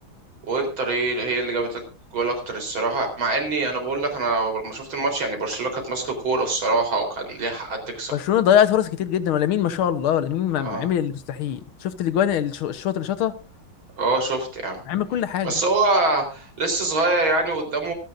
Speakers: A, on the right; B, on the left.
A: وانتر ايه هي اللي جابت جول اكتر الصراحه مع اني انا بقول لك انا لما شفت الماتش يعني برشلونه كانت ماسكه كوره الصراحه وكان ليها حق تكسب
B: برشلونه ضيعت فرص كتير جدا ولامين ما شاء الله لامين ما-
A: اه
B: ما عمل اللي مستحيل شفت الاجوان الش- الشوط اللي شاطها
A: اه شفت يا عم
B: عمل كل حاجه
A: بس هو لسه صغير يعني قدامه